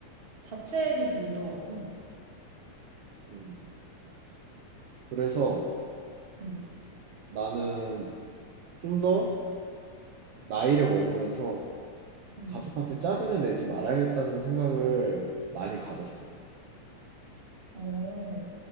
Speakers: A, on the right; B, on the right.
A: 자책이 들더라고.
B: 음, 그래서
A: 응,
B: 나는 좀 더 나이를 먹으면서
A: 응.
B: 가족한테 짜증을 내지 말아야겠다는 생각을 많이 가졌어.
A: 어,